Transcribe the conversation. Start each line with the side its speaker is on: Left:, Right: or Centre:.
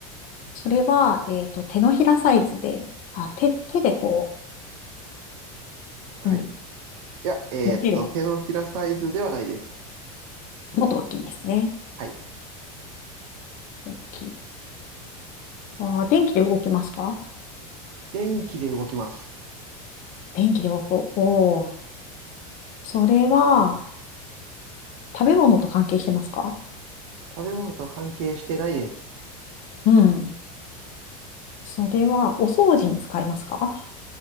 Left: それは、えっと、手のひらサイズで、あ、手、手でこ
Right: はい。
Left: う、うん、
Right: いや、えーっと、
Left: 持てるもの。
Right: 手のひらサイズではないです。
Left: もっと大きいんですね。
Right: はい
Left: 大きい。あー、電気で動きますか
Right: 電気で動きます。
Left: 電気で動く。おー。それは、食べ物と関係してますか
Right: 食べ物と関係してないです。
Left: うん。それは、お掃除に使いますか